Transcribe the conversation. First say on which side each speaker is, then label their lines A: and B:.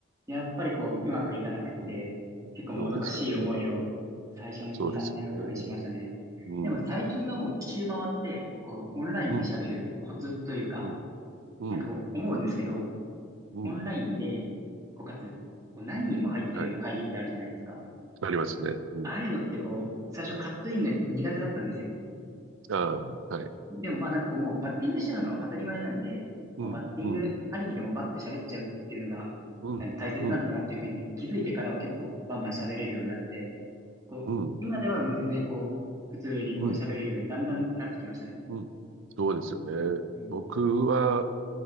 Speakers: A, on the right; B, on the right.
A: やっぱりこう、うまくいかなくって、
B: うん
A: 結構もどかしい思いを最初の2、
B: そうですよね。そうですよね。
A: 3年は特にしましたね。
B: うん、
A: でも最近はもう一周回って、こう、オンラインで喋るコツというか、
B: うん、うん、うん、
A: なんかこう、思うんですけど、
B: うん。
A: オンラインで、こう、かつ、こう、何人も入ってるような会議ってあるじゃないですか。
B: はい。ありますね。うん。
A: ああいうのってこう、最初カットインが苦手だったんですよ。
B: ああ、はい。
A: でもまあなんかこう、もうバッティングしちゃうのは当たり前なんで、もうバッティングありきでもバッて喋っちゃうっていうのが、
B: うん、うん。うん、
A: あの大切なんだなっていうふうに気づいてからは結構バンバン喋れるようになって、
B: うん、
A: こう、
B: うん、
A: 今ではもう全然こう、普通にこう喋れるようにだんだんなってきましたね。
B: うん、うん。そうですよね。
A: うんうん。
B: 僕は、